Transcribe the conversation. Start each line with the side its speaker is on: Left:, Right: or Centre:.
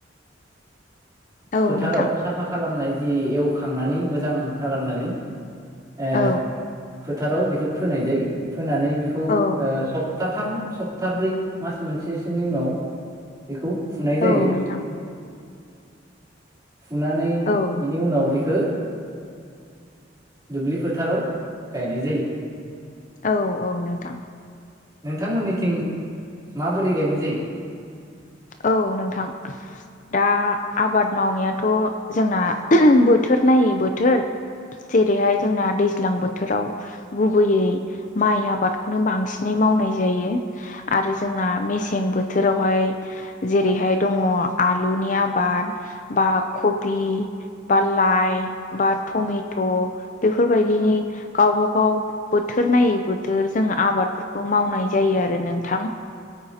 Left: औ
Right: फोथाराव
Left: नोंथां
Right: साफा खालामनाय जि एवखांनानै मोजां खालामनानै ओ
Left: औ
Right: फोथाराव बेखौ फोनाय जायो। फोनानै बेखौ ओ
Left: औ
Right: सप्ताथाम सप्ताब्रै मास मोनसेसोनि उनाव बेखौ फुनाय
Left: औ
Right: जायो।
Left: नोंथां
Right: फुनानै
Left: औ
Right: बिनि उनाव बेखौ दुब्लि फोथाराव गायनाय जायो।
Left: औ औ नोंथां।
Right: नोंथांमोननिथिं माबोरै गायनाय जायो?
Left: औ नोंथां। दा आबाद मावनायाथ' जोंना बोथोर नायै बोथोर। जेरैहाय जोंना दैज्लां बोथोराव गुबैयै माइ आबादखौनो बांसिनै मावनाय जायो आरो जोंना मेसें बोथोरावहाय जेरैहाय दङ आलुनि आबाद बा खबि बा लाइ बा टमेट' बेफोरबायदिनि गावबा गाव बोथोर नायै बोथोर जों आबादफोरखौ मावनाय जायो आरो नोंथां